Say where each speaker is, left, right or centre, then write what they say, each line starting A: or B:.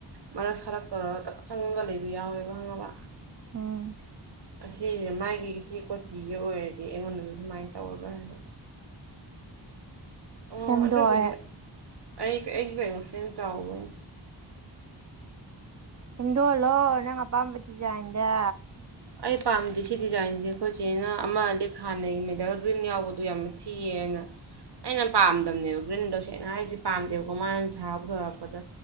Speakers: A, on the right (about 60°); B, on the right (about 40°).
A: ꯃꯔꯛ ꯁꯔꯛ ꯇꯧꯔꯒ ꯆꯪꯉꯒ ꯂꯩꯕ ꯌꯥꯎꯋꯦꯕꯪꯉꯕ
B: ꯎꯝ
A: ꯑꯁꯤꯁꯦ ꯃꯥꯒꯤ ꯁꯤ ꯀꯣꯆꯤꯁꯦ ꯑꯣꯏꯔꯗꯤ ꯑꯩꯉꯣꯟꯗꯁꯨ ꯁꯨꯃꯥꯏꯅ ꯇꯧꯔꯕ꯭ꯔꯥ ꯍꯥꯏꯕ ꯑꯣ
B: ꯁꯦꯝꯗꯣꯛ
A: ꯑꯗꯨꯕꯨꯗꯤ ꯑꯩ ꯑꯩ ꯀꯦꯟ ꯆꯥꯎꯥꯎ ꯅꯤ
B: ꯁꯦꯝꯗꯣꯛꯍꯜꯂꯣ ꯅꯪ ꯑꯄꯥꯝꯕ ꯗꯤꯖꯥꯏꯟꯗ
A: ꯑꯩ ꯄꯥꯝꯗꯦ ꯁꯤ ꯗꯤꯖꯥꯏꯟꯁꯦ ꯑꯩꯈꯣꯏꯁꯦꯅ ꯑꯃ ꯑ ꯂꯤꯛ ꯍꯥꯟꯅꯒꯤ ꯃꯦꯗꯜ ꯒ꯭ꯔꯤꯟ ꯌꯥꯎꯕꯗꯣ ꯌꯥꯝꯅ ꯊꯤꯌꯦꯅ ꯑꯩꯅ ꯄꯥꯝꯗꯕꯅꯦꯕ ꯒ꯭ꯔꯤꯟꯗꯣ ꯁꯦꯡꯅ ꯍꯥꯏꯔꯤꯁꯦ ꯄꯥꯝꯗꯦꯕꯀꯣ ꯃꯥꯅ ꯁꯥꯕ ꯊꯣꯔꯛꯄꯗ